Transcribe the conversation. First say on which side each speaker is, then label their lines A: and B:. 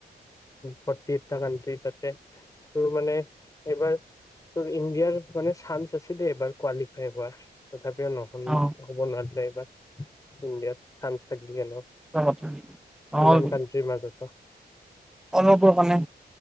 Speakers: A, on the left (about 20°); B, in the centre.
A: Forty eighty country তাতে তোৰ মানে এইবাৰ তোৰ ইণ্ডিয়াৰ মানে চান্স আছিলে। এইবাৰ কোৱালিফাই হোৱা। হিচাপেও ন
B: অ
A: হ'ব নোৱাৰছিলে এই বা। ইণ্ডিয়াৰ চান্স থাকিল ন
B: সঁচা কথা নহ'ল
A: ইমানমান কাউন্ট্ৰী মাজতো
B: অলপৰ কাৰণে